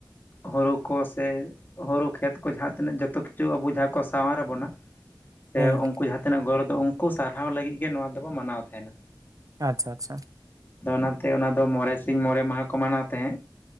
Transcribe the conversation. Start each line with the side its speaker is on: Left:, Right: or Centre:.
Left: ᱦᱩᱲᱩ ᱠᱚ ᱥᱮ ᱦᱩᱲᱩ ᱠᱷᱮᱛ ᱠᱚ ᱡᱟᱦᱟᱸ ᱛᱤᱱᱟᱹᱜ ᱡᱚᱛᱚ ᱠᱤᱪᱷᱩ ᱟᱵᱚ ᱡᱟᱦᱟᱸ ᱠᱚ ᱥᱟᱶᱟᱨ ᱟᱵᱚᱱᱟ᱾ ᱥᱮ
Right: ᱦᱮᱸ
Left: ᱩᱱᱠᱩ ᱡᱟᱦᱟᱸ ᱛᱤᱱᱟᱹᱜ ᱜᱚᱨᱚᱵᱽ ᱫᱚ ᱩᱱᱠᱩ ᱥᱟᱨᱦᱟᱣ ᱞᱟᱹᱜᱤᱫ ᱜᱮ ᱱᱚᱣᱟ ᱫᱚᱵᱚ ᱢᱟᱱᱟᱣ ᱛᱟᱸᱦᱮᱱᱟ᱾
Right: ᱟᱪᱪᱷᱟ ᱟᱪᱪᱷᱟ᱾
Left: ᱟᱫᱚ ᱚᱱᱟᱛᱮ ᱚᱱᱟ ᱫᱚ ᱢᱚᱬᱮ ᱥᱤᱧ ᱢᱚᱬᱮ ᱢᱟᱦᱟ ᱠᱚ ᱢᱟᱱᱟᱣ ᱛᱟᱦᱮᱸᱫ,